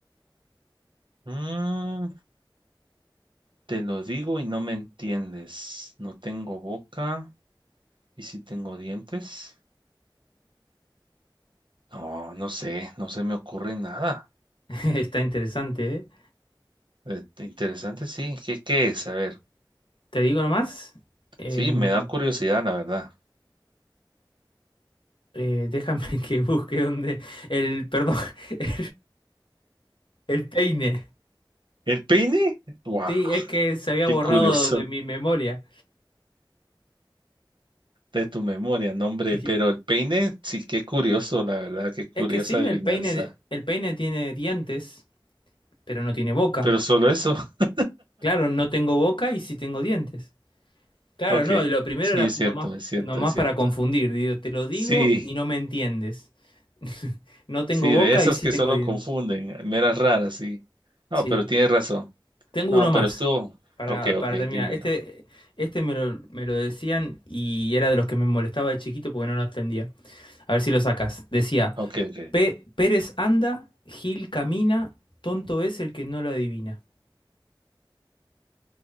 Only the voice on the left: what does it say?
<laughs> Está interesante, ¿eh?
Te digo nomás. em,
eh, déjame <laughs> que busque donde el, perdón, <laughs> el el peine.
Sí, es que se había
borrado
de mi
memoria.
Sí.
Es que sí,
el peine, el peine tiene dientes, pero no tiene boca.
Claro, no tengo boca y sí tengo dientes. Claro,
no, y lo primero
era
nomás,
nomás
para confundir. Digo, te lo digo
y no me entiendes. <laughs> No tengo
boca
y sí
tengo
dientes.
Sí.
Tengo
uno más
para,
para terminar.
Este, este me lo, me lo decían y era de los que me molestaba de chiquito porque no lo entendía. A ver si lo sacas. Decía.
Pe- Pérez anda, Gil camina, tonto es el que no lo adivina.